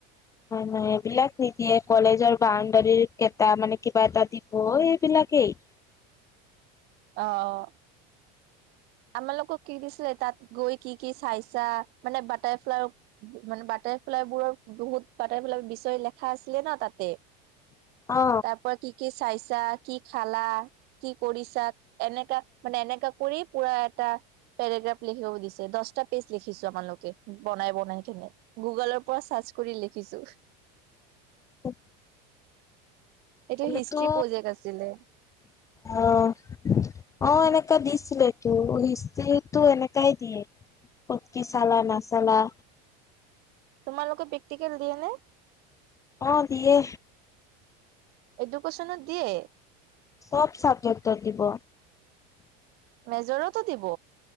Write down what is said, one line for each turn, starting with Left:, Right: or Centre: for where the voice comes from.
Left: নাই এইবিলাক নিদিয়ে। কলেজৰ বাউণ্ডাৰী কটা মানে কিবা এটা দিব এইবিলাকেই।
Right: অহ। আমালোকক কি দিছিলে তাত গৈ কি কি চাইছা মানে বাটাৰফ্লাইৰ মানে বাটাৰ। লাই বোৰৰ বহুত বাটাৰফ্লাই বিষয়ে লিখা আছিলে নহ তাত।
Left: অ
Right: তাৰ পৰা কি কি চাইছা কি খালা কি কৰিছা। এনেকা মানে এনেকা কৰি পুৰা এটা। পেৰাগ্ৰাফ লিখিব দিছে দহটা পেজ লিখিছোঁ আমালোকে বনাই বনাই কেনে গুগলৰ পৰা চাৰ। ৰ্জ কৰি লিখিছোঁ।
Left: অ।
Right: এইটো
Left: আমিতো
Right: হিষ্ট্ৰী প্ৰজেক্ট আছিলে
Left: অহ। অ এনেকা দিছিলে তোৰ হিষ্ট্ৰীটো এনেকাই দিয়ে। কি চালা নাচালা।
Right: তোমালোকে প্ৰেক্টিকেল দিয়ে নে।
Left: অ দিয়ে।
Right: এডুকেশ্যনত দিয়ে
Left: চব চাবজেক্টৰ দিব।
Right: মেজৰতো দিব।